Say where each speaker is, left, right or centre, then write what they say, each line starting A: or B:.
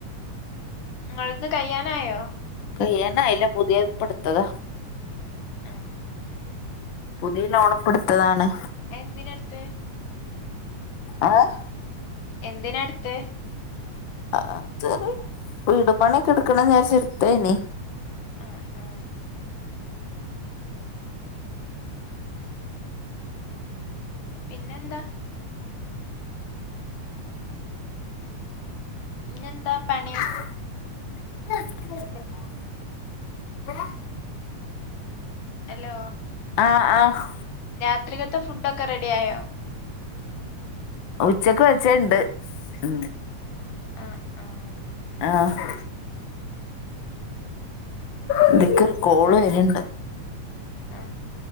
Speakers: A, on the left; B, on the left.
A: നിങ്ങളത് കയ്യാനായോ?
B: കയനായില്ല പുതിയതിപ്പടുത്തത
A: ആഹ്
B: പുതിയ ലോണിപ്പോ എടുത്തതാണ്
A: എന്തിനേടുത്തേ
B: ഏഹ്
A: എന്തിനാ എടുത്തേ
B: അത് വീട് പണിക്കെ എടുക്കണം ന്ന് വിജാരിച്ച് എടുത്തനി
A: ആഹ് ആഹ് പിന്നെന്താ ഇഞ്ഞെന്താ പണി
B: <unintelligible>
A: എലോ
B: ആഹ് ആഹ്
A: രാത്രികത്തെ ഫുഡൊക്കെ റെഡിയായോ
B: ഉച്ചക്ക് വെച്ചത്ണ്ട് ഉം
A: ആഹ് ആഹ്
B: ആഹ് ഇത്തിക്കൊരു കോള് വരണ്ട്
A: ആ